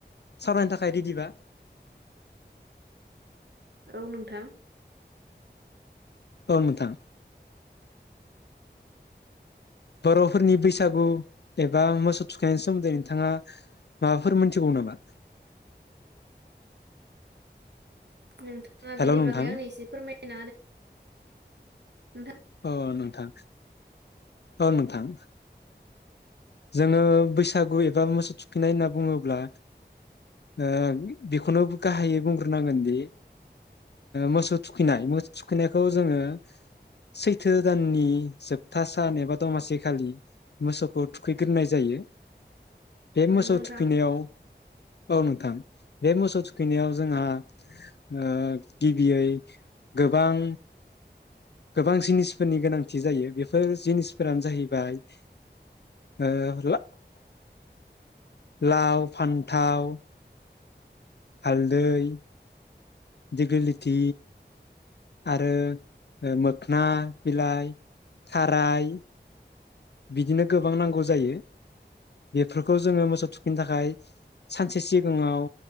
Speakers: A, on the left; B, on the right.
A: सावरायनो थाखाय रेडिबा?
B: औ नोंथां
A: औ नोंथां बर'फोरनि बैसागु एबा मोसौ थुखैनायनि सोमोन्दै नोंथाङा माबाफोर मोनथिगौ नामा?
B: नोंथाङा
A: हेलौ
B: बेनि
A: नोंथां
B: बागै आंनो एसे फोरमाय <unintelligible>
A: औ ओंथां औ नोंथां जोङो बैसागु एबा मोसौ थुखैनाय होनना बुङोब्ला ओ बेखौनो गाहायै बुंग्रोनांगोनदि मोसौ थुखैनाय मोसौ थुखैनायखौ जोङो सैथो दाननि जोबथा सान एबा दमासि खालि मोसौखौ थुखैग्रोनाय जायो। बे
B: नोंगौ
A: मोसौ
B: नोंथां
A: थुखैनायाव औ नोंथां बे मोसौ थुखैनायाव जोंहा ओ गिबियै गोबां गोबां जिनिसफोरनि गोनांथि जायो बेफोर जिनिसफोरानो जाहैबाय ओ <unintelligible> लाव, फान्थाव हालदै दिग्ललिथि आरो मोखोना बिलाइ, थाराय बिदिनो गोबां नांगौ जायो बेफोरखौ जोङो मोसौ थुखै थुखैनो थाखाय सानसे सिगाङाव